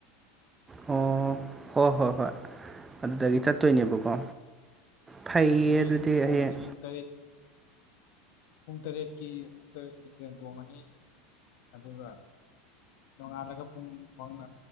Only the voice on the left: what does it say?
ꯑꯗꯨ ꯗꯩ
ꯑꯗꯨꯝ ꯇꯣꯡꯉꯅꯤ
ꯄꯨꯡ ꯇꯔꯦꯠ ꯄꯨꯡ ꯇꯔꯦꯠꯀꯤ ꯄꯨꯡ ꯇꯔꯦꯠꯀꯤ ꯇ꯭ꯔꯦꯟ ꯇꯣꯡꯉꯅꯤ ꯑꯗꯨꯒ ꯅꯣꯡꯉꯥꯜꯂꯒ ꯄꯨꯡ <unintelligible>